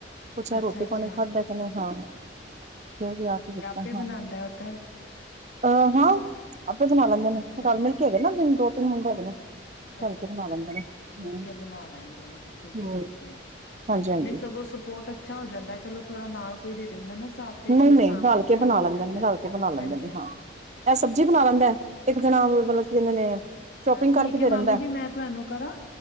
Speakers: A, on the right; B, on the left.
A: ਪੁਛਾਹ
B: ਅੱਛਾ-ਅੱਛਾ, ਅੱਛਾ
A: ਰੋਟੀ-
B: ਅੱਛਾ
A: ਪਾਣੀ ਖਾਧਾ ਕਹਿੰਦੇ ਹਾਂ, ਫੇਰ ਛੇਹ ਵਜੇ ਆ ਕੇ।
B: ਕੀ ਬਣਉਂਦਾ
A: ਹਾਂ
B: ਉੱਧਰ?
A: ਅਹ ਹਾਂ ਆਪੇ ਬਣਾ ਲੈਂਦੇ ਨੇ,
B: ਅੱਛਾ,
A: ਰਲ ਮਿਲ ਕੇ ਹੈਗੇ ਨਾ, ਜਨ ਦੋ- ਤਿੰਨ ਮੁੰਡੇ ਹੈਗੇ ਨੇ।
B: ਅੱਛਾ-
A: ਰਲ ਕੇ ਬਣਾ
B: ਅੱਛਾ
A: ਲੈਂਦੇ ਨੇ
B: ਮਿਲ
A: ਹੂੰ
B: ਕੇ ਬਣਾ ਲੈਂਦੇ ਨੇ ਠੀਕ
A: ਹੂੰ
B: ਹੈ- ਠੀਕ ਹੈ।
A: ਹਾਂਜੀ ਹਾਂਜੀ
B: ਨਹੀਂ ਸਗੋਂ ਸਪੋਰਟ ਅੱਛਾ ਹੋ ਜਾਂਦਾ। ਚਲੋ ਥੋੜਾ ਨਾਲ ਕੋਈ ਦੇ ਦਿੰਦਾ ਨਾ ਸਾਥ। ਤੇ
A: ਨਹੀਂ-
B: ਫਿਰ
A: ਨਹੀਂ
B: ਤਾਂ ਵੀ
A: ਰਲ
B: ਅੱਛਾ
A: ਕੇ ਬਣਾ
B: ਲੱਗ
A: ਲੈਂਦੇ
B: ਜਾਂਦਾ
A: ਨੇ,
B: ਹੈ
A: ਰਲ ਕੇ ਬਣਾ ਲੈਂਦੇ
B: ਹਾਂਜੀ-ਹਾਂਜੀ,
A: ਨੇ ਹਾਂ।
B: ਹਾਂਜੀ।
A: ਇਕ ਸਬਜ਼ੀ ਬਣਾ ਲੈਂਦਾ ਐ, ਇੱਕ ਜਣਾ ਮਤਲਬ
B: ਹਾਂਜੀ
A: ਕੀ ਕਹਿੰਦੇ ਨੇ ਚੋਪਿੰਗ
B: ਅ, ਠੀਕ
A: ਕਰਕੇ ਦੇ
B: ਮਾਮੀ
A: ਦਿੰਦਾ ਹੈ।
B: ਜੀ ਮੈਂ ਤੁਹਾਨੂੰ ਕਰਾਂ